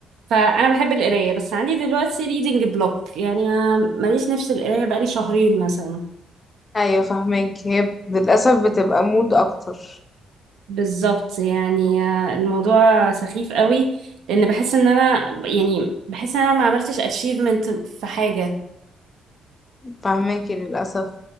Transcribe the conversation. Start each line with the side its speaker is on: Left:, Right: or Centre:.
Right: فانا بحب القراية بس عندي دلوقتي reading block يعني ماليش نفس القراية بقالي شهرين مثلا
Left: ايوه فهماك هي للاسف بتبقى مود اكتر
Right: بالظبط يعني الموضوع سخيف قوي لان بحس ان انا يعني بحس ان انا ما عملتش اتشيفمنت في حاجه
Left: فهماكي للاسف